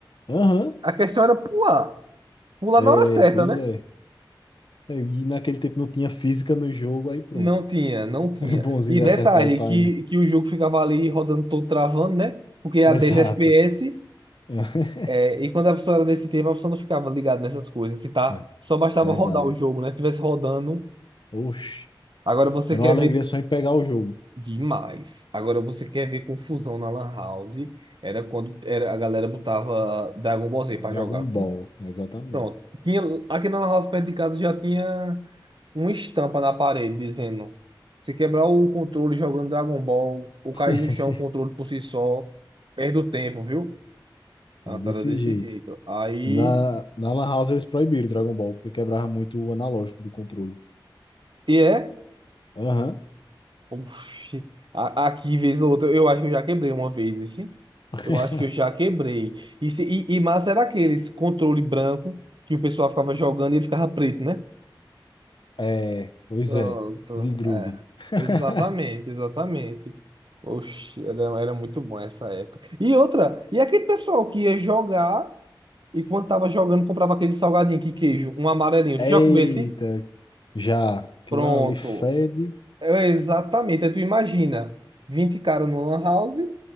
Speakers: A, on the left; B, on the right.
A: Aham.
B: A questão era pular. Pular
A: É,
B: na hora certa,
A: pois
B: né?
A: é. É, E naquele tempo não tinha física no jogo, aí pronto.
B: Não tinha, não tinha.
A: <laughs> Era bonzinho
B: E
A: de
B: detalhe,
A: acertar o time.
B: que, que o jogo ficava ali rodando todo travando, né? Porque a
A: Exato.
B: 10 FPS
A: <laughs>
B: É, e quando a pessoa era nesse tempo, a pessoa não ficava ligada nessas coisas. Se tá,
A: É,
B: só bastava
A: verdade.
B: rodar o jogo, né? Tivesse rodando.
A: Oxe.
B: Agora você
A: Era
B: quer
A: uma alegria
B: ver
A: só em pegar o jogo.
B: demais. Agora você quer ver confusão na Lan House. Era quando era, a galera botava Dragon Ball Z pra
A: Dragon
B: jogar. viu?
A: Ball, exatamente.
B: Pronto. Tinha, aqui na Lan House, perto de casa, já tinha uma estampa na parede dizendo: se quebrar o controle jogando Dragon Ball, ou cair
A: <laughs>
B: no chão o controle por si só, perde o tempo, viu? Ah,
A: É desse
B: tá, era desse
A: jeito.
B: jeito. Aí.
A: Na, na Lan House eles proibiram Dragon Ball, porque quebrava muito o analógico do controle.
B: E é.
A: Aham.
B: Oxi, a- aqui, vez ou outra, eu acho que eu já quebrei uma vez esse.
A: <laughs>
B: Eu acho que eu já quebrei. E, se- e, e massa era aquele, esse controle branco que o pessoal ficava jogando e ele ficava preto, né?
A: É, pois
B: Pronto,
A: é. De grude.
B: é.
A: <laughs>
B: Exatamente, exatamente. Oxi, era, era muito bom essa época. E outra, e aquele pessoal que ia jogar e quando tava jogando comprava aquele salgadinho que queijo, um amarelinho.
A: Eita,
B: Tu já comeu esse?
A: já. Que
B: Pronto.
A: lá ali fede
B: É, exatamente. Aí tu imagina, 20 caras numa lan house.